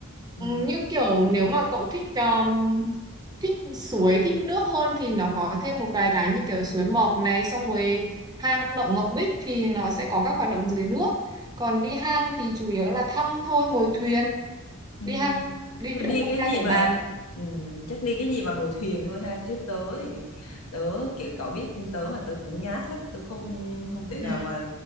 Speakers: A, on the left; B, on the right.
A: ừ
B: Ừm, như kiểu nếu mà cậu thích um, thích suối thích nước hơn thì nó có thêm một vài cái như kiểu suối Mọc này xong rồi hang động Ngọc Bích thì nó sẽ có các hoạt động dưới nước còn đi hang thì chủ yếu là thăm thôi ngồi thuyền
A: ừ
B: đi hang đi
A: Thôi
B: động
A: đi
B: Phong
A: cái
B: Nha
A: gì
B: Kẻ
A: mà
B: Bàng
A: ừm, chắc đi cái gì mà ngồi thuyền thôi ha chứ tớ thì- tớ kiểu cậu biết tính tớ mà tớ cũng nhát lắm tớ không không thể nào
B: Ừ,
A: mà